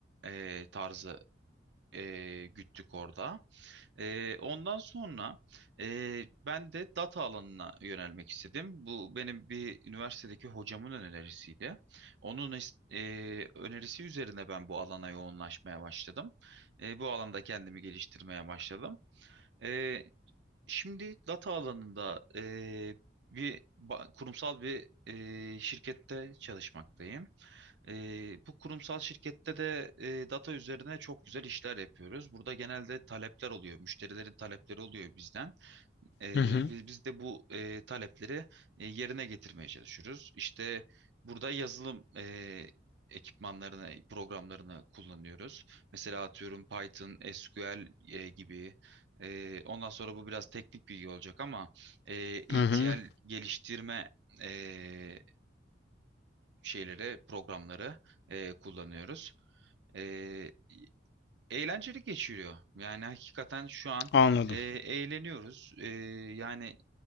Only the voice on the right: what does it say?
e, tarzı e, güttük orada. E, ondan sonra e, ben de data alanına yönelmek istedim. Bu benim bir üniversitedeki hocamın önerisiydi. Onun is- e, önerisi üzerine ben bu alana yoğunlaşmaya başladım. E, bu alanda kendimi geliştirmeye başladım. E, Şimdi data alanında eee, bir ba- kurumsal bir eee, şirkette çalışmaktayım. Eee, bu kurumsal şirkette de eee, data üzerine çok güzel işler yapıyoruz. Burada genelde talepler oluyor, müşterilerin talepleri oluyor bizden. Ee,
biz, biz de bu e, talepleri e, yerine getirmeye çalışıyoruz. İşte burada yazılım e, ekipmanlarını, programlarını kullanıyoruz. Mesela atıyorum Python, SQL e, gibi. E, ondan sonra bu biraz teknik bilgi olacak ama e, ETL
geliştirme e, şeyleri, programları e, kullanıyoruz. E, eğlenceli geçiriyor. Yani hakikaten şu an
e, eğleniyoruz. E, yani